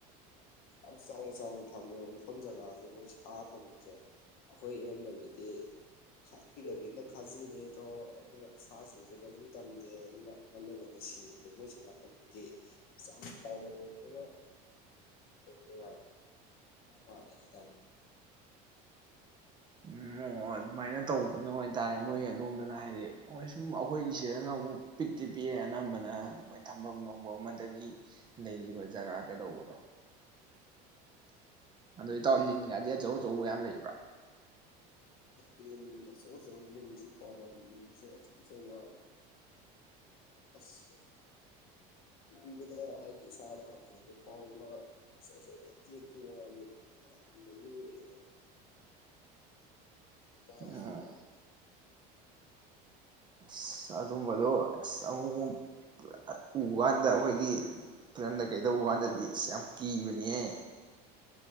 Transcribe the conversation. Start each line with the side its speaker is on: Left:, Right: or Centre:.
Left: ꯌꯥꯝ ꯆꯥꯎꯅ ꯆꯥꯎꯅ ꯊꯝꯃꯦꯕ ꯃꯐꯝ ꯖꯒꯥꯁꯦ ꯃꯣꯏ ꯁꯥ ꯊꯝꯐꯝꯁꯦ ꯑꯩꯈꯣꯏ ꯏꯔꯝꯗꯝꯒꯤꯗꯤ ꯈꯥ ꯄꯤꯛꯅ ꯄꯤꯛꯅ ꯈꯥꯖꯤꯟꯂꯦꯗꯣ ꯑꯗꯨꯅ ꯁꯥꯁꯤꯡꯁꯨ ꯃꯅꯤꯡ ꯇꯝꯗꯦ ꯑꯗꯨꯅ ꯉꯟꯅ ꯉꯟꯅ ꯁꯤꯕꯗꯨ ꯃꯣꯏꯁꯤ ꯅꯥꯀꯟꯗꯗꯤ ꯆꯥꯎ ꯆꯥꯎꯅ ꯂꯩꯕꯅꯤꯅ ꯅꯉꯥꯏꯌꯦ <unintelligible> ꯃꯥꯜꯂꯦ ꯍꯥꯏꯇꯥꯔꯦ
Right: ꯎꯝ ꯑꯣ ꯑꯗꯨꯃꯥꯏꯅ ꯇꯧꯕꯗꯨꯅ ꯑꯣꯏ ꯇꯥꯔꯦ ꯃꯣꯏ ꯑꯗꯣꯝꯗꯅ ꯍꯥꯏꯗꯤ ꯍꯣꯏ ꯁꯨꯝ ꯑꯩꯈꯣꯏꯒꯤꯁꯤꯗꯅ ꯑꯃꯨꯛ ꯄꯤꯛꯇꯤ ꯄꯤꯛꯑꯦ ꯑꯅꯝꯕꯅ ꯃꯣꯏ ꯊꯝꯐꯝ ꯅꯨꯡꯕꯝ ꯑꯃꯗꯒꯤ ꯂꯩꯔꯤꯕ ꯖꯒꯥ ꯀꯩꯗꯧꯕꯗꯣ ꯑꯗꯣ ꯏꯇꯥꯎ ꯂꯤꯟꯒꯗꯤ ꯑꯆꯧ ꯑꯆꯧꯕ ꯌꯥꯝ ꯂꯩꯕ꯭ꯔꯥ
Left: ꯑꯦ ꯂꯤꯟ ꯑꯆꯧ ꯑꯆꯧꯕ ꯂꯤꯟꯖꯨ ꯄꯥꯎ <unintelligible> ꯑꯆꯧ ꯑꯆꯧꯕ ꯑꯁ ꯎꯕꯗ ꯍꯥꯏꯗꯤ ꯏꯁꯥꯗ ꯍꯪꯒꯣꯏꯕ ꯐꯥꯎꯕ ꯑꯆꯧ ꯑꯆꯧꯕ ꯑꯀꯤ ꯑꯀꯤꯕ ꯂꯤꯟ ꯀꯌꯥ ꯂꯩꯕ ꯎꯔꯦꯗ <unintelligible>
Right: ꯎꯝ ꯑꯁ ꯑꯗꯨꯝꯕꯗꯣ ꯑꯁ ꯑꯃꯨꯛ ꯃꯨꯛ ꯎꯕ ꯀꯥꯟꯗ ꯑꯩꯈꯣꯏꯒꯤ ꯐꯤꯂꯝꯗ ꯀꯩꯗ ꯎꯕ ꯀꯥꯟꯗꯗꯤ ꯑꯁ ꯌꯥꯝ ꯀꯤꯕꯅꯤꯌꯦ